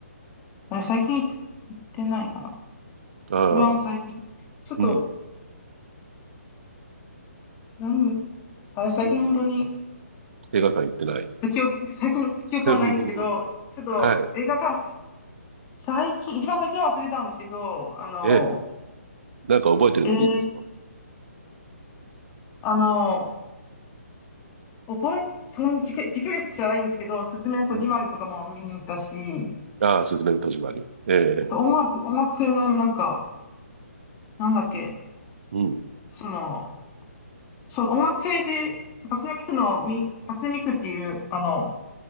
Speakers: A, on the left; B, on the right.
A: あれ最近行って、行ってないかな
B: ああ、
A: 一番最近。ちょっと、
B: うん、
A: 何あれ最近本当に、
B: うん。映画館行ってない。
A: ちょっと記憶、<laughs> 最近記憶はないんですけど、
B: <laughs>
A: ちょっと映画館、
B: はい。
A: 最近、一番最近は忘れたんですけど、あの、
B: ええ。なんか覚えてるのでいいですよ。
A: えー、あの、覚え、そん時系、時系列じゃないんですけど、すずめの戸締まりとかも見に行ったし、
B: うん。ああ、すずめの戸締まり。ええ。
A: あと音楽、音楽系のなんか、なんだっけ、
B: うん。
A: その、そう、音楽系で、パスネミクの、み、パスネミクっていう、あの、